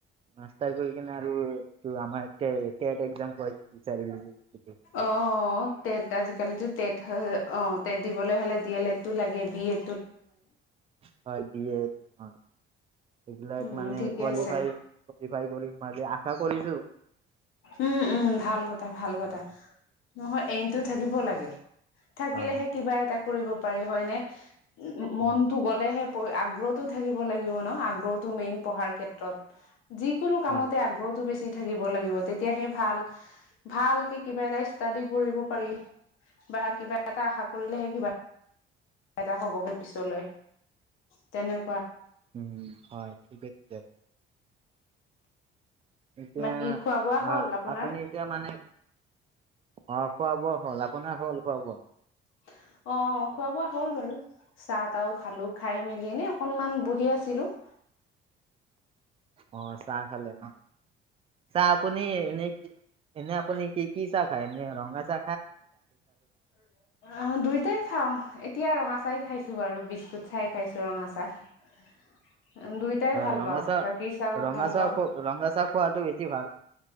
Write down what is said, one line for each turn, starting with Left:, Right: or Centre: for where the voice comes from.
Right: মাষ্টাৰ কৰি আৰু এইটো আমাৰ এতিয়া টেট এক্সাম। <unintelligible>
Left: অ', তেট আজিকালিতো তেট হয়। অ, তেট দিবলৈ হ'লে ডি এল এড টো লাগে বি এ
Right: হয়, বি এ। <unintelligible> সেইবিলাক
Left: উম,
Right: মানে
Left: ঠিকে
Right: কোৱালিফাই,
Left: আছে
Right: কোৱালিফাই কৰিম বুলি আশা কৰিছো।
Left: উম, উম, ভাল কথা ভাল কথা। নহয়, এইমটো থাকিব লাগে। থাকিলেহে
Right: হয়
Left: কিবা এটা কৰিব পাৰি, হয় নে? মনটো
Right: হয়
Left: গলেহে আগ্ৰহতটো থাকিব লাগিব ন, আগ্ৰহতটো মেইন পঢ়াৰ ক্ষেত্ৰত। যিকোনো কামতে
Right: হয়
Left: আগ্ৰহতটো বেছি থাকি <unintelligible> তেতিয়াহে ভাল, ভালকে কিবা এটা ষ্টাডি কৰিব পাৰি। বা কিবা এটা আশা কৰিলেহে কিবা এটা হবগে পিছলৈ। তেনেক
Right: উম, হয়। <unintelligible> এতিয়া
Left: বাকী খোৱা বোৱা
Right: হা
Left: হ'ল আপোনাৰ
Right: আপুনি এতিয়া মানে অ', খোৱা-বোৱা হ'ল, অপোনাৰ হ'ল খোৱা-বোৱা।
Left: <inaudible> অ', খোৱা-বোৱা হ'ল বাৰু। চাহ তাহো খালো, খাই মেলি এনেই অকনমান বহি আছিলো। <inaudible>
Right: অ', চাহ খালে ন? চাহ আপুনি এনে এনে- <unintelligible> কি চাহ খায়, এনে ৰঙা চা
Left: অ', দুইটাই খাওঁ। এতিয়া ৰঙা চাহেই খাইছো বাৰু, বিস্কুট চাহে খাইছো, ৰঙা চাহ। উ, দুইটাই
Right: হয়
Left: ভাল
Right: ৰঙা
Left: পাওঁ,
Right: চাহ
Left: গাখীৰ চাহো
Right: ৰঙা
Left: ভাল
Right: চাহ
Left: পাওঁ।
Right: খ ৰঙা চাহ খোৱাটো বেছি ভাল।